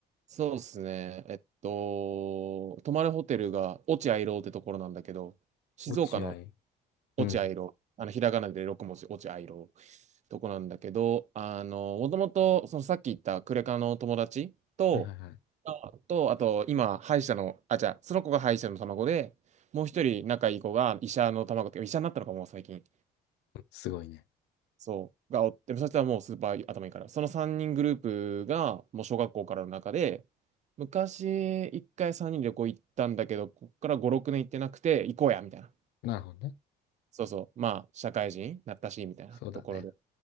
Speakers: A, on the right; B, on the left.
A: そうですね。えっと、泊まるホテルが落合楼ってところなんだけど、静岡の
B: 落合。
A: 落合楼、
B: うん。
A: あのひらがなで六文字、落合楼とこなんだけど、あの、もともと、そのさっき言ったクレカの友達と、
B: はいはいはい。
A: あと、あと、今、歯医者の、あ、じゃあ、その子が歯医者の卵で、もう一人仲いい子が医者の卵っていうか、医者になったのかも、最近。
B: すごいね。
A: そう、がおって、そしたらもうスーパー頭いいから、その3人グループが、もう小学校からの中で、昔、1回3人で旅行行ったんだけど、こっから5、6年行ってなくて、行こうや、みたいな。
B: なるほどね。
A: そうそう、まあ、社会人になったし、みたいなところで。
B: そうだね。